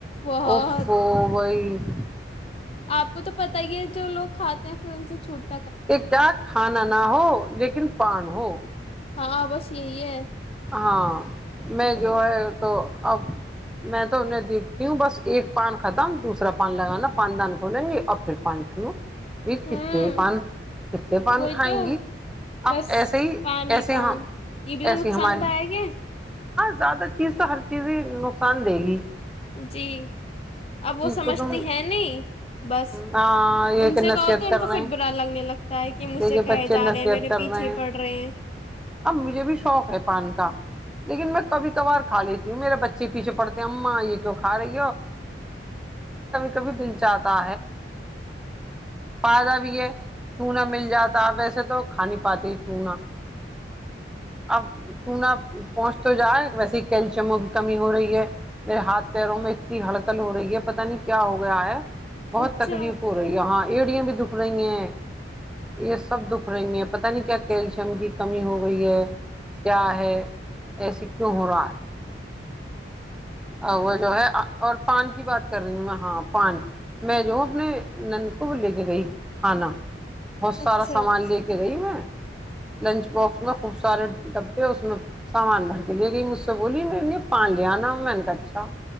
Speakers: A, on the left; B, in the centre.
A: بہت
B: اوفو بھائی <inaudible>
A: <unintelligible> <inaudible>
B: ایک کھانا نہ ہو بس پان ہو <inaudible>
A: وہاں بس یہی ہے
B: ہم بھی تو میں تو یہ نہیں دیکھ رہا ہوں ایک پان ختم دوسرا پان ختم <inaudible> یہ
A: ہوں
B: کتنے پن کھائیں گے کتنے پن
A: وہی
B: کھائیں
A: تو
B: گے
A: بس
B: ایسے ہی
A: پانی پانی
B: <inaudible> ایسی
A: نقصان
B: ہماری
A: دائق ہیں <inaudible>
B: زیادہ تر تو ہر چیز ہی نقصان دی گئی
A: جی اب وہ سمجھتی
B: کو تم
A: نہیں نہیں بس
B: ہاں یہ
A: ان
B: کہ نصیحت
A: سے کہوں
B: کر
A: تو
B: رہے
A: پھر
B: ہیں
A: برا لگتا ہے مجھ
B: کہ
A: سے
B: یہ
A: کہے
B: بچے
A: جا
B: نصیحت
A: رہے ہیں میرے
B: کر
A: پیچھے
B: ہیں
A: پڑ رہے ہیں
B: اب مجھے بھی شوق ہے پان کھانے کا لیکن میں کبھی کبھی فادی ہوں میرے بچے پیچھے پڑھتے ہیں میں کبھی کبھی کھاتا ہوں کیوں نہ مل جائے ویسے تو کہہ نہیں پاتی جو نا <inaudible> اب چونا پہنچ تو جاؤ کیلشیم کی کمی ہو رہی ہے میری حالت میں اتنی ہلکڑ ہو رہی ہے پتہ نہیں کیا ہو گیا ہے <inaudible> بہت
A: اچھا
B: تکلیف ہو رہی ہے ایریا بھی دکھ رہی ہے یہ سب دکھ رہی ہے پت نہیں کیا کیلشیم کی کمی کمی ہو گئی ہے کیا ہے ایسا کیوں ہو رہا ہے اب جو ہے ون کی بات کر رہی ہو پان میں جھوٹ نہیں <inaudible> وہ سارا
A: اچھا
B: سامان لے کے گئی میں نیٹ بلاکس میں ڈب بہت سارا سامان کی میں نے بولا پان لیا نا اچھا